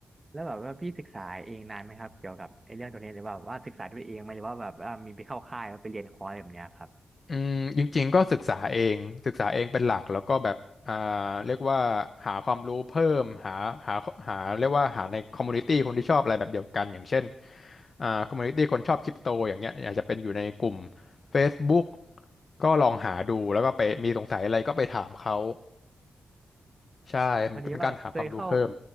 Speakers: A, on the right; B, on the left.
A: แล้วแบบว่าพี่ศึกษาเองนานไหมครับเกี่ยวกับไอ้เรื่องตัวนี้หรือว่าว่าศึกษาด้วยเองไหมหรือว่าแบบว่ามีไปเข้าค่ายแล้วไปเรียนคอร์สแบบเนี้ยครับ
B: อืมจริงๆก็ศึกษาเองศึกษาเองเป็นหลักแล้วก็แบบอ่าเรียกว่าหาความรู้เพิ่มหาหาหาเรียกว่าหาในคอมมูนิตี้คนที่ชอบอะไรแบบเดียวกันอย่างเช่นอ่าคอมมูนิตี้คนชอบคริปโตอย่างเงี้ยอยากจะเป็นอยู่ในกลุ่ม Facebook ก็ลองหาดูแล้วก็ไปมีสงสัยอะไรก็ไปถามเขาใช่มันก็เป็นการหาความรู้เพิ่ม
A: พอดีว่าเคยเข้า